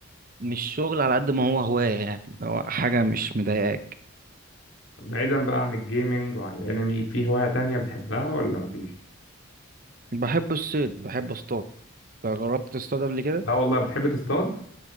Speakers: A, on the right; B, on the left.
A: مش شغل على قد ما هو هوايه يعني اللي هو حاجه مش مضايقاك
B: بعيدا بقى عن الجيمنج وعن الأنمي في هواية تانية بتحبها ولا مفيش؟
A: بحب الصيد بحب اصطاد انت جربت تصطاد قبل كده
B: لا والله بتحب تصطاد؟